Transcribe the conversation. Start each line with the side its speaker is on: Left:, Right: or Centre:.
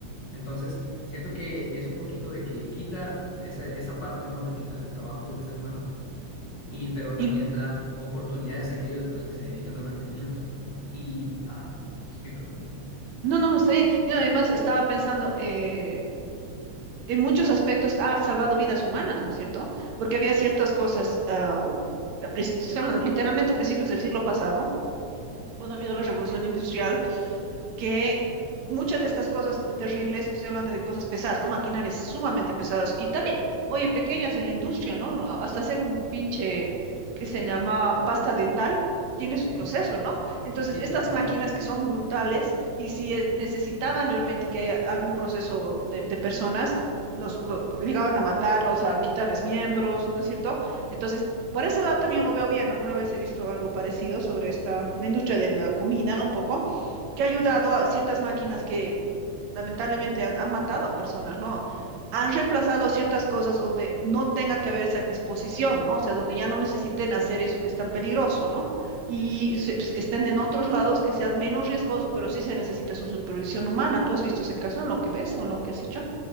Left: Entonces, siento que es un poquito de que quita esa, esa parte, ¿no? De quitar el trabajo del ser humano, y, pero también
Right: Y
Left: da oportunidades a aquellos, pues, que se dedican al mantenimiento. Y, ajá, sí, perdón.
Right: No, no, está bien. Yo además estaba pensando, eh, en muchos aspectos ha salvado vidas humanas, ¿no es cierto? Porque había ciertas cosas, ah, a princi- estoy hablando literalmente a principios del siglo pasado, cuando ha habido la revolución industrial que muchas de estas cosas terribles, que estoy hablando de cosas pesadas, ¿no? Maquinarias sumamente pesadas y también, oye, pequeñas en la industria, ¿no? A- Hasta hacer un pinche que se llama pasta dental. tiene su
Left: Sí,
Right: proceso, ¿no? Entonces,
Left: sí,
Right: estas
Left: claro que sí.
Right: máquinas que son brutales y si es- necesitaban realmente que haya algún proceso de, de personas, los, lo- llegaban a matarlos, a quitarles miembros, ¿no es cierto? Entonces, por ese lado también lo veo bien. Alguna vez he visto algo parecido sobre esta mm, industria de la comida un poco que ha ayudado a ciertas máquinas que lamentablemente han, han matado a personas, ¿no? Han reemplazado ciertas cosas donde no tenga que haber esa exposición, ¿no? O sea, donde ya no necesiten hacer eso que es tan peligroso, ¿no? Y se- se- estén en otros lados que sean menos riesgoso, pero sí se necesita su supervisión humana. ¿Tú has visto ese caso en lo que ves o en lo que has hecho?